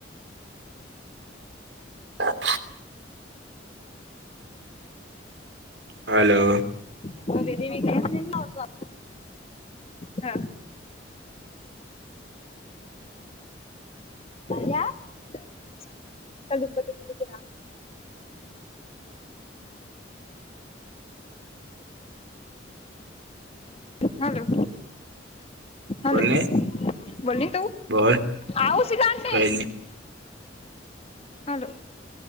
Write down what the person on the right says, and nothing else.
<unintelligible> હલો
બોલ
ને
બોલ
કઈ ની